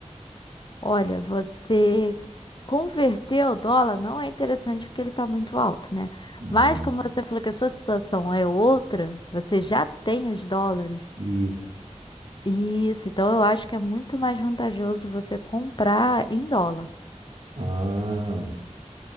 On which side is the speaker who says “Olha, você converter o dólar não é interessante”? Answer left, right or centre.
Left